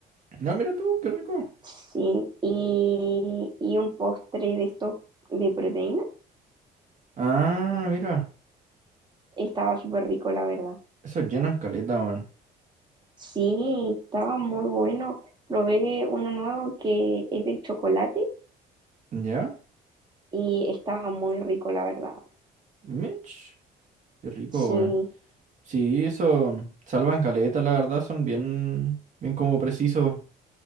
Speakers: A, on the right; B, on the right.
A: No, mira tú, qué rico.
B: Sí, y, y un postre de esto de proteína.
A: Ah, mira.
B: Estaba súper rico, la verdad.
A: Eso llena caleta, weón.
B: Sí, estaba muy bueno. Probé uno nuevo que es de chocolate
A: ¿Ya?
B: y estaba muy rico, la verdad.
A: Mitch. Qué rico,
B: Sí,
A: weón. Sí, eso salvan caleta, la verdad, son bien, bien como precisos.